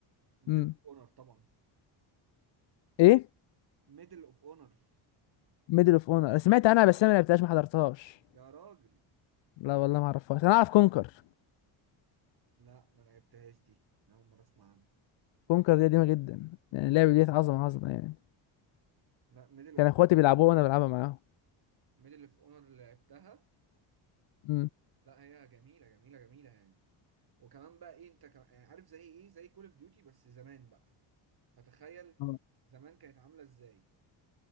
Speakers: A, on the right; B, on the left.
A: ميدل
B: امم
A: اوف اونر طبعا
B: ايه
A: ميدل اوف اونر
B: ميدل اوف اونر انا سمعت عنها بس انا ما لعبتهاش ما حضرتهاش
A: يا راجل
B: لا والله ما اعرفهاش انا اعرف كونكر
A: لا ما لعبتهاش دي انا اول مره اسمع عنها
B: كونكر دي قديمه جدا يعني اللعبه دي عظمه عظمه يعني
A: لا ميدل اوف
B: كان اخواتي بيلعبوها وانا بلعبها معاهم
A: ميدل اوف اونر اللي لعبتها
B: امم
A: لا هي جميله جميله جميله يعني وكمان بقى ايه انت كمان يعني عارف زي ايه زي كول اوف ديوتي بس زمان بقى فتخيل
B: آه.
A: زمان كانت عامله ازاي